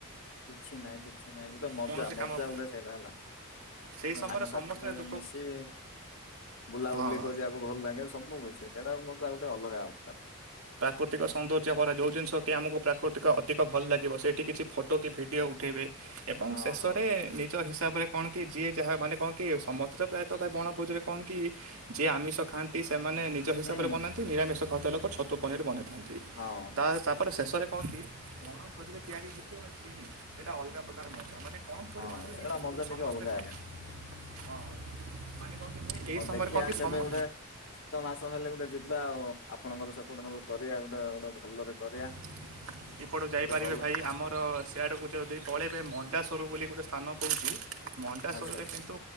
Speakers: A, on the left; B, on the right.
A: କିଛି ନାଇଁ କିଛି ନାଇଁ ଗୋଟେ ମଜ୍ଜା
B: କୌଣସି
A: ମଜ୍ଜା
B: କାମ
A: ଗୋଟେ ସେଇଟା ହେଲା।
B: ସେହି
A: ମାନେ
B: ସମୟରେ
A: ସାଙ୍ଗସାଥି
B: ସମସ୍ତେ
A: ସହିତ
B: ଦୁଃଖ
A: ମିଶି ବୁଲାବୁଲି
B: ହଁ
A: କରିବାକୁ ଭଲ ଲାଗେ ସବୁ ମିଶେ। ହେଡା ମୋ ପାଇଁ ଗୋଟେ ଅଲଗା ପ୍ରକାର।
B: ପ୍ରକୃତିକ ସୌନ୍ଦର୍ଯ୍ୟ ଭରା। ଯଉ ଜିନିଷକି ଆମକୁ ପ୍ରାକୃତିକ ଅଧିକ ଭଲ ଲାଗିବ। ସେଇଠି କିଛି ଫୋଟୋ କି ଭିଡ଼ିଓ ଉଠାଇବେ। ଏବଂ
A: ହଁ
B: ଶେଷରେ
A: ହଁ
B: ନିଜ ହିସାବରେ କଣ କି ଯିଏ ଯାହା ମାନେ କଣ କି ସମସ୍ତେ ତ ପ୍ରାୟ ତ ବଣଭୋଜରେ କଣ କି ଯିଏ ଆମିଷ ଖାଆନ୍ତି ସେମାନେ ନିଜ ହିସାବରେ
A: ହୁଁ
B: ବନାନ୍ତି। ନିରାମିଷ ଖାଉଥିବା ଲୋକ ଛତୁ ପନିର ବନେଇଥାନ୍ତି।
A: ହଁ।
B: ତା ତାପରେ ଶେଷରେ କଣ କି? ବଣ ଭୋଜିରେ ତିଆରି ହୋଇଇଥିବା ଖିରି ସେଇଟା ଅଲଗା ପ୍ରକାର ମଜା। ମାନେ କମ୍ ପରିମାଣରେ
A: ହଁ ସେଇଟା
B: ହେଇଥିବ
A: ମଜା
B: କିନ୍ତୁ ସମସ୍ତେ
A: ଟିକେ ଅଲଗା
B: କହନ୍ତି।
A: ଆଜ୍ଞା
B: ହଁ ମାନେ କଣ କି ଭାଇ ଏଇ
A: ହୋଉ
B: ସମୟରେ
A: ଦେଖିବା
B: କ'ଣ କି
A: କେବେ
B: ସମ
A: ଗୋଟେ ଗତ ମାସ ହେଲେ ଗୋଟେ ଯିବା ଆଉ। ଆପଣଙ୍କର ସେପଟେ ନହେଲେ କରିବା ଗୋଟେ। ଗୋଟେ ଭଲରେ କରିବା।
B: <inaudible> ଏପଟୁ ଯାଇପାରିବେ
A: ଗୋଟେ ଭଲ
B: ଭାଇ ଆମର ସେଆଡ଼କୁ ଯଦି ପଳେଇବେ ମଣ୍ଡାସ୍ୱର ବୋଲି ଗୋଟେ ସ୍ଥାନ କୋହୁଚି। ମଣ୍ଡାସୁରରେ
A: ଆଚ୍ଛା ଆଚ୍ଛା
B: କିନ୍ତୁ